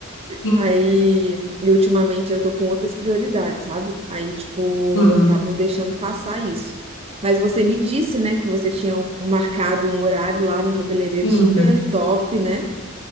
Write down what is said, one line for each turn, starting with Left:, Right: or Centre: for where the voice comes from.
Left: Sim,
Right: Aí, e ultimamente eu tô com outras prioridades, sabe? Aí, tipo,
Left: sim,
Right: eu acabo deixando passar isso. Mas você me disse, né, que você tinha marcado um horário lá no cabeleireiro
Left: sim.
Right: super top, né?